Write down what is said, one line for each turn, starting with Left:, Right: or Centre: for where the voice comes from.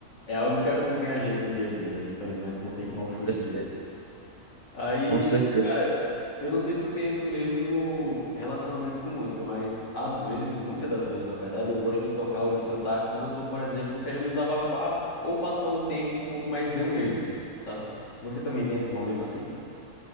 Left: é algo que acompanha a gente no dia a dia, né? Infelizmente, não tem como
Right: com
Left: fugir
Right: certeza.
Left: disso. Aí,
Right: Com certeza.
Left: cara eu não sei se tu tem esse mesmo relacionamento com música, mas às vezes, muitas das vezes, na verdade, eu gosto de tocar ou de cantar quando eu tô, por exemplo, querendo desabafar ou passar um tempo um pouco mais eu mesmo, sabe? Você também tem esses momentos assim?